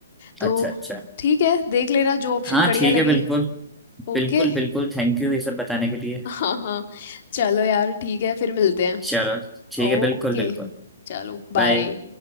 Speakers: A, on the left; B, in the centre.
A: तो
B: अच्छा अच्छा
A: ठीक है देख लेना जो ऑप्शन
B: हाँ
A: बढ़िया
B: ठीक
A: लगे
B: है बिल्कुल
A: ओके
B: बिल्कुल बिल्कुल थैंक यू ये सब बताने के लिए
A: हाँ हाँ चलो यार ठीक है फिर मिलते हैं
B: चलो ठीक
A: ओके
B: है बिल्कुल बिल्कुल
A: चलो बाय
B: बाय